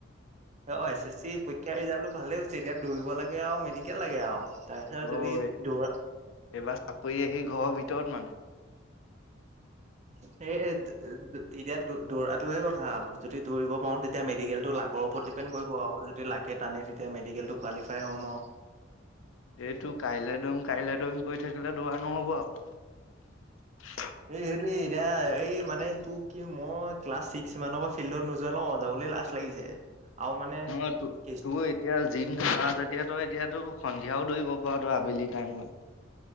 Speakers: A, on the right; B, on the left.
A: অ এছ এছ চি পৰীক্ষাৰ ৰিজাল্টটো ভালেই হৈছে এতিয়া দৌৰিব লাগে আৰু মেডিকেল লাগে আৰু তাৰপিছত
B: ওহ
A: যদি দৌৰা
B: এইবাৰ চাকৰি আহি ঘৰৰ ভিতৰত মানে
A: সেই তেতিয়া দৌৰাটোহে কথা যদি দৌৰিব পাৰো তেতিয়া মে মেডিকেলটো লাকৰ ওপৰত ডিপেন কৰিব আৰু যদি লাগে টানে তেতিয়া মেডিকেলটো কোৱালিফাই হ'ম আও।
B: এইটো কাইলৈ দৰিম কাইলৈ দৰিম কৰি থাকিলে দৌৰা নহব আকৌ।
A: এই সেইটোে এতিয়া এই মানে তোৰ কি মই ক্লাছ ছিক্স মানৰ পৰা ফিল্ডত নোযোৱা ল যাবলৈ লাজ লাগিছে। আৰু মানে
B: ন ত
A: কেচ
B: তোৰ এতিয়া জিম নাযাও যেতিয়া এতিয়া তোৰ ক্ষন হাও দৌৰিব পৰা তো আবেলি টাইম পৰা।